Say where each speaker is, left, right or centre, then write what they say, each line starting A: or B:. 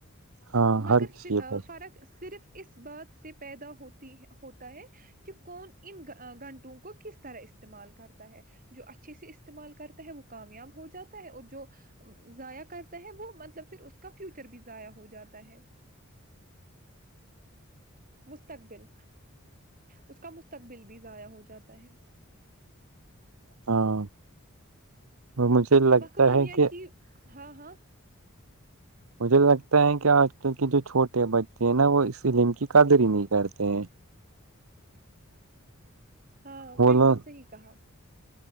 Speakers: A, on the right; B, on the right.
A: ہاں
B: مگر
A: ہر کسی کے پاس
B: فرق صرف اس بات سے پیدا ہوتی ہوتا ہے کہ کون ان گھنٹوں کو کس طرح استعمال کرتا ہے جو اچھے سے استعمال کرتا ہے وہ کامیاب ہو جاتا ہے اور جو ضائع کرتا ہے وہ مطلب پھر اس کا فیوچر بھی ضائع ہو جاتا ہے مستقبل اس کا مستقبل بھی ضائع ہو جاتا ہے
A: ہاں اور مجھے لگتا
B: وقت دنیا
A: ہے کہ
B: کی ہاں ہاں
A: مجھے لگتا ہے کہ آج کل کے جو چھوٹے بچے ہیں نا وہ اس لیلم کی قدر ہی نہیں کرتے ہیں
B: ہاں
A: وہ
B: بالکل
A: لوگ
B: صحیح کہا